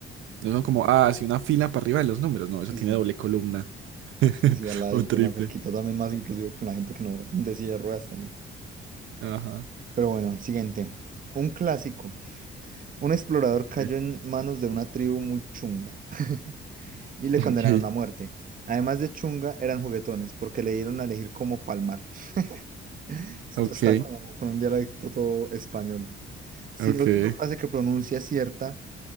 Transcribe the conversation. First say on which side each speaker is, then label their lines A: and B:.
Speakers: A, on the right; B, on the right.
A: No son como, ah, así una fila para arriba de los números. No,
B: Sí,
A: eso tiene
B: sí.
A: doble columna. <laughs>
B: Sí, sí, al ladito,
A: O triple.
B: más cerquita, también más inclusivo con la gente que no de silla de ruedas también.
A: Ajá.
B: Pero bueno, el siguiente. Un clásico. Un explorador cayó
A: Sí.
B: en manos de una tribu muy chunga <laughs> y
A: <laughs>
B: le condenaron a muerte. Además de chunga, eran juguetones porque le dieron a elegir cómo palmar. <laughs> Esto
A: Ok,
B: está como con un dialecto todo español. Si
A: ok. ok.
B: la última frase que pronuncia es cierta,